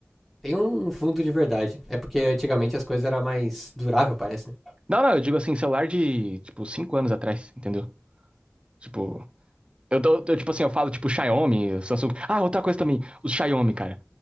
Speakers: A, in the centre; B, on the right.
A: Tem um fundo de verdade. É porque antigamente as coisas eram mais durável, parece, né?
B: Não, não, eu digo assim, celular de, tipo, 5 anos atrás, entendeu? Tipo, Eu, tô- eu, tipo assim, eu falo, tipo, Xiaomi, Samsung. Ah, outra coisa também, os Xiaomi, cara.